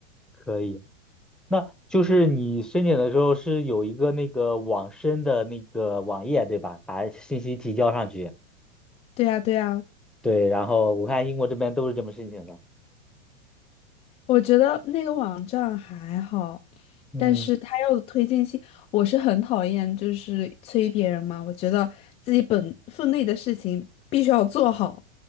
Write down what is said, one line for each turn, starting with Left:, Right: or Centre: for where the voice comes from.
Centre: 可以。那就是你申请的时候是有一个那个网申的那个网页，对吧？把信息提交上去。
Left: 对呀对呀，
Centre: 对，然后我看英国这边都是这么申请的。
Left: 我觉得那个网站还好，
Centre: 嗯。
Left: 但是他要的推荐信，我是很讨厌，就是催别人嘛，我觉得自己本分内的事情必须要做好。